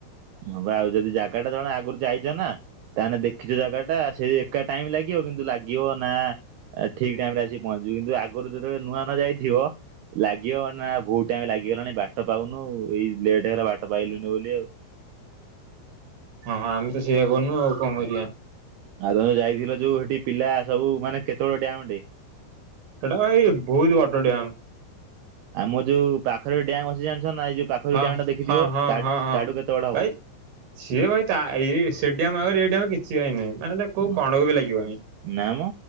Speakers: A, on the right; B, on the right.
A: ହଁ ବା ଆଉ ଯଦି ଜାଗା ଟା ଜଣେ ଆଗରୁ ଯାଇଛ ନା। ତାହେଲେ ଦେଖିଛ ଜାଗା ଟା ସେ ଏକା ଟାଇମ ଲାଗିବ କିନ୍ତୁ ଲାଗିବ ନା ଆ ଠିକ୍ ଟାଇମ୍ ରେ ଆସି ପହଞ୍ଚିବୁ କିନ୍ତୁ ଆଗରୁ ଯେତେବେଳେ ନୂଆ ନୂଆ ଯାଇଥିବ। ଲାଗିବ ମାନା ଭହୁତ ଟାଇମ ଲାଗିଗଲାଣି ବାଟ ପାଉନୁ ଏଇ ଲେଟ ହେରେ ବାଟ ପାଇଲୁନି ବୋଲି ଆଉ।
B: ହଁ ଆମେ ତ ସେଇଆ କନୁ ଆଉ କଣ କରିବା।
A: ଆଉ ତମେ ଯାଇଥିଲ ଯୋଉ ସେଠି ପିଲା ସବୁ ମାନେ କେତେବେଳେ ଡ୍ୟାମ ଟେ?
B: ସେଟାପା ହେଇ ବହୁତ ବଡ଼ ଡ୍ୟାମ।
A: ଆମ ଯୋଉ ପାଖରେ ଡ୍ୟାମ୍ ଅଛି ଜାଣିଛ ନା ଏଇ ଯୋଉ ପାଖ
B: ହଁ
A: ଯୋଉ ଡ୍ୟାମ ଟା ଦେଖିଥିବ
B: ହଁ ହଁ
A: ତାଠୁ
B: ହଁ ହଁ।
A: ତାଠୁ କେତେ ବଡ଼ ହବ।
B: ଭାଇ ସିଏ ଭାଇ ତା ଏଇ ସେ ଡ୍ୟାମ ଆଗରେ ଏଇ ଡ୍ୟାମ କିଛି ସିଏ ଭାଇ ନୁହେଁ ମାନେ ତା କୋଉ
A: ଉଁ,
B: କଣକୁ ବି ଲାଗିବନି।
A: ନା ମ